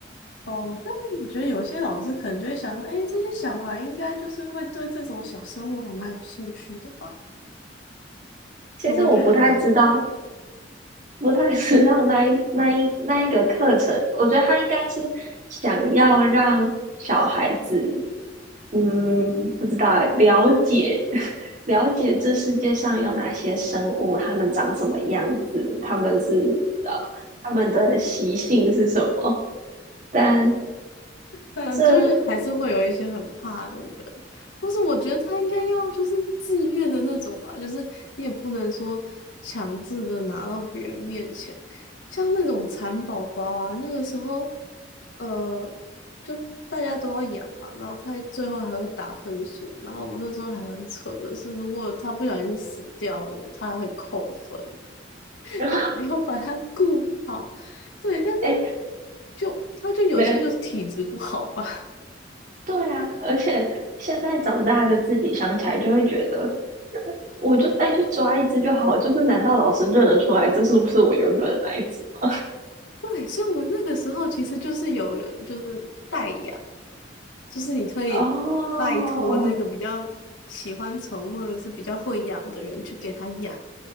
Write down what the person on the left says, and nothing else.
哦，但是我觉得有些老师可能就会想说，哎，这些小孩应该就是会对这种小生物还蛮有兴趣的吧？
就我觉得还蛮
反正就是还是会有一些很怕的人，
但是我觉得他应该要就是自愿的那种吧，就是你也不能说强制的拿到别人面前，像那种蚕宝宝啊，那个时候，呃，就大家都要养嘛，然后他最后还会打分数，然后我们那时候还很扯的是，如果他不小心死掉了，他还会扣分，<laughs>
对，你没有把他顾好，对，但是
就他就有些就是体质不好吧。
对，像我那个时候其实就是有人就是代养，就是你可以拜托那个比较喜欢宠或者是比较会养的人去给他养，